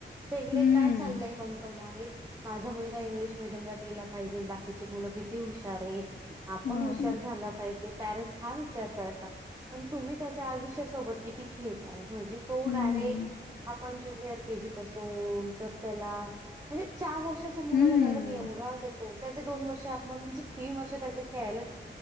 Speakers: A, on the right; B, on the left.
A: त्या इकडे
B: हम्म
A: काय चाललंय कॉम्प्रोमाइज. माझा मुलगा इंग्लिश मिडियम ला गेला पाहिजे बाकीची मुलं किती हुशार अरे आपण
B: ह
A: हुशार झाला पाहिजे पॅरेंट्स हा विचार करता पण तुम्ही कसे आहात. सोबत किती खेळताय म्हणजे तो
B: हम्म
A: डायरेक्ट आपण ज्युनियर के जी पासून म्हणजे चार वर्षाच्या मुलाला
B: हम्म
A: डायरेक्ट एवढा तो त्याचे दोन वर्ष आपण म्हणजे तीन वर्ष त्याच खेळायलाच